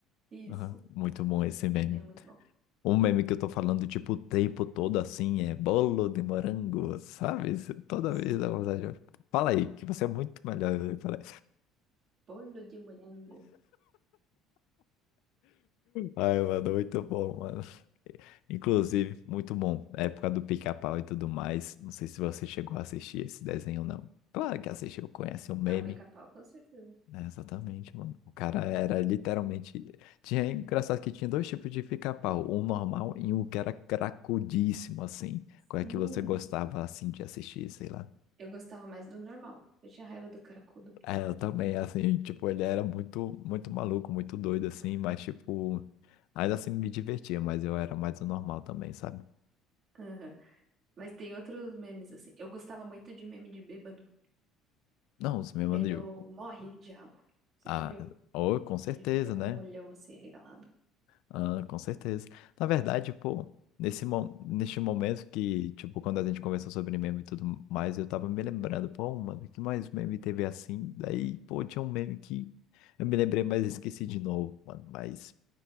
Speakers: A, on the right; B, on the left.
A: Isso.
B: Aham. Muito bom esse meme.
A: É muito bom.
B: Um meme que eu tô falando, tipo, o tempo todo assim, é bolo de morango, sabe? Isso Toda
A: Sim.
B: vez dá vontade. de- Fala aí, que você é muito melhor. Eu falei,
A: Bolo de morango.
B: ai, mano, muito bom, mano. Inclusive, muito bom. É Época do pica-pau e tudo mais. Não sei se você chegou a assistir esse desenho ou não. Claro que assistiu, conhece o meme.
A: Ah, o pica-pau, com certeza.
B: É, exatamente, mano. O cara era literalmente. Tinha é engraçado que tinha dois tipos de pica-pau, um normal e um que era cracudíssimo, assim. Qual
A: Sim,
B: é que você gostava assim de assistir, sei lá?
A: eu gostava mais do normal. Eu tinha raiva do cracudo.
B: É, eu também, assim, tipo, ele era muito, muito maluco, muito doido, assim,
A: Aham.
B: mas, tipo, ainda assim me divertia, mas eu era mais o normal também, sabe?
A: Aham. Mas tem outros memes assim. Eu gostava muito de meme de bêbado.
B: Não, os meus
A: Tem
B: amigos,
A: o Morre, Diabo. Você
B: ah,
A: já viu?
B: oh, com certeza,
A: Que ele fica com
B: né?
A: o olhão assim arregalado.
B: Ah, com certeza. Na verdade, pô, nesse, mo- neste momento que, tipo, quando a gente conversou sobre meme e tudo mais, eu tava me lembrando, pô, mano, que mais meme teve assim? Daí, pô, tinha um meme que eu me lembrei, mas esqueci de novo, mano, mas...